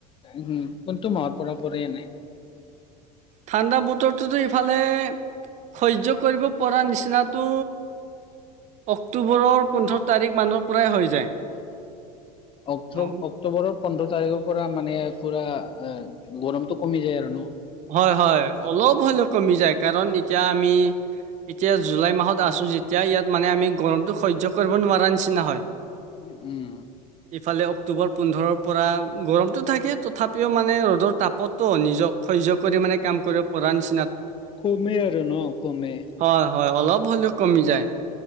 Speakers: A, on the left (about 25°); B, on the right (about 35°).
A: কোনটো মাহৰ পৰা পৰে এনে।
B: ঠাণ্ডা বতৰটোতো ইফালে সয্য কৰিব পৰা নিচিনাতটো অক্টোবৰৰ পোন্ধৰ তাৰিখমানৰ পৰাই হৈ যায়।
A: অ-অক্টোবৰৰ
B: অ
A: পোন্ধৰ তাৰিখৰপৰা মানে পুৰা গৰমটো কমি যায় আৰু ন'।
B: হয়, হয় অলপ হ'লে কমি যায় কাৰণ এতিয়া আমি এতিয়া জুলাই মাহত আছ ছোঁ যেতিয়া ইয়াত মানে আমি গৰমটো সহ্য কৰিব নোৱাৰা নিচিনা হয়।
A: উম, উম।
B: ইফালে অক্টোবৰ পোন্ধৰৰপৰা গৰমটো থাকে তথাপিও মানে ৰ'দৰ তাপতো নিজক সয্য কৰি মানে কাম কৰিব পৰা নিচ
A: কমে আৰু ন' কমে।
B: হয় হয়, অলপ হ'লেও কমি যায়,